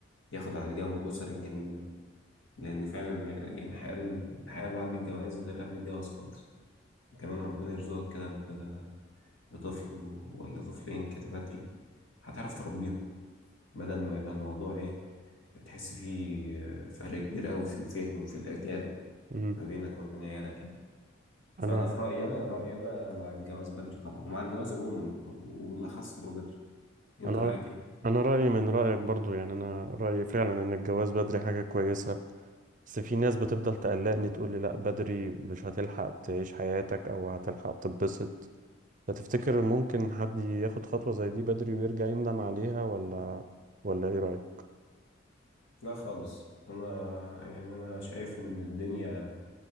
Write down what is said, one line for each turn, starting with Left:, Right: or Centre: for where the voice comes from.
Left: ياخد على الجو الأسري الجميل ده لأن فعلا آه، يعني الحياة الحياة بعد الجواز غير قبل الجواز خالص وكمان ربنا يرزقك كده ب- بطفل ولا طفلين كده بدري هتعرف تربيهم بدل ما يبقى الموضوع ايه تحس فيه آه، فرق كبير قوي في الفهم وفي الأجيال
Right: امم
Left: ما بينك وما بين عيالك يعني فأنا
Right: انا
Left: في رأيي أنا رأيي أنا مع الجواز بدري طبعا ومع الجواز عموما وبالأخص لو بدري أنت
Right: انا
Left: رأيك ايه؟
Right: انا رأيي من رأيك برضو يعني انا رأيي فعلا ان الجواز بدري حاجة كويسة بس في ناس بتفضل تقلقني تقول لي لا بدري مش هتلحق تعيش حياتك او هتلحق تتبسط فتفتكر ممكن حد ياخد خطوة زي دي بدري ويرجع يندم عليها ولا ولا ايه رأيك
Left: لا خالص أنا يعني أنا شايف إن الدنيا